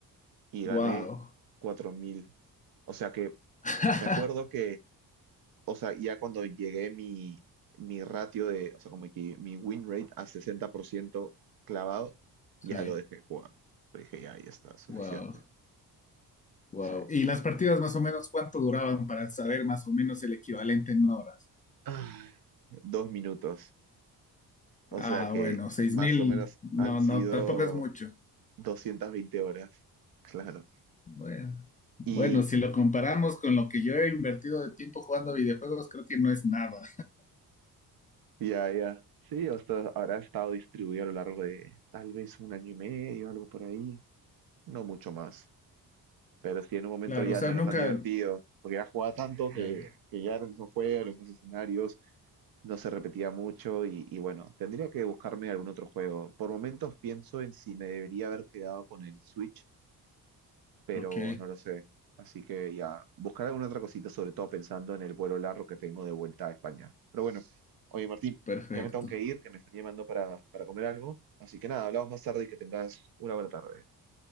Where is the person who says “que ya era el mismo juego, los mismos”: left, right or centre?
Right